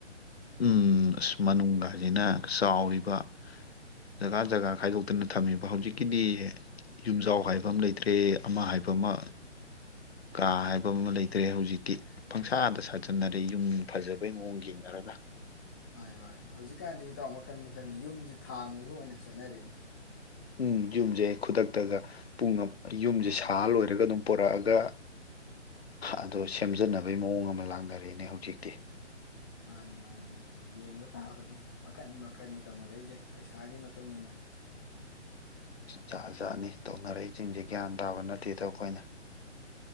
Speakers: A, on the left; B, on the left.
A: ꯎꯝ ꯑꯁ ꯃꯅꯨꯡꯒꯖꯤꯅ ꯆꯥꯎꯔꯤꯕ ꯖꯒꯥ ꯖꯒꯥ ꯈꯥꯏꯗꯣꯛꯇꯅ ꯊꯝꯃꯤꯕ ꯍꯧꯖꯤꯛꯀꯤꯗꯤ ꯌꯨꯝꯖꯥꯎ ꯍꯥꯏꯕ ꯑꯃ ꯂꯩꯇ꯭ꯔꯦ ꯑꯃ ꯍꯥꯏꯕ ꯑꯃ ꯀꯥ ꯍꯥꯏꯕ ꯑꯃ ꯂꯩꯇ꯭ꯔꯦ ꯍꯧꯖꯤꯛꯇꯤ ꯄꯪꯁꯥꯗ ꯁꯥꯖꯟꯅꯔꯦ ꯌꯨꯝ ꯐꯖꯕꯩ ꯃꯑꯣꯡ ꯌꯦꯡꯅꯔꯒ
B: ꯃꯥꯅꯤ ꯃꯥꯅꯦ ꯍꯧꯖꯤꯛꯀꯥꯟꯗꯤ ꯏꯇꯥꯎ ꯃꯈꯜ ꯃꯈꯜꯅꯤ ꯌꯨꯝꯖꯤ ꯊꯥꯡꯉꯒ ꯑꯣꯏꯅ ꯆꯠꯅꯔꯦꯅꯦ
A: ꯎꯝ ꯌꯨꯝꯖꯦ ꯈꯨꯗꯛꯇꯒ ꯄꯨꯡ ꯌꯨꯝꯖꯦ ꯁꯥ ꯂꯣꯏꯔꯒ ꯑꯗꯨꯝ ꯄꯣꯔꯛꯑꯒ ꯑꯗꯣ ꯁꯦꯝꯖꯟꯅꯕꯩ ꯃꯑꯣꯡ ꯑꯃ ꯂꯥꯡꯅꯔꯦꯅꯦ ꯍꯧꯖꯤꯛꯇꯤ
B: ꯃꯥꯅꯤ ꯃꯥꯅꯤ ꯌꯦꯡꯕ ꯇꯥꯕꯅꯤ ꯃꯈꯟ ꯃꯈꯟꯅꯤ ꯇꯧꯅꯔꯛꯏꯖꯦ ꯄꯩꯁꯥꯒꯤ ꯃꯇꯨꯡ ꯏꯟꯅ
A: ꯖꯥꯠ ꯖꯥꯠꯅꯤ ꯇꯧꯅꯔꯛꯏꯖꯤꯡꯖꯦ ꯒ꯭ꯌꯥꯟ ꯇꯥꯕ ꯅꯠꯇꯦꯗ ꯑꯈꯣꯏꯅ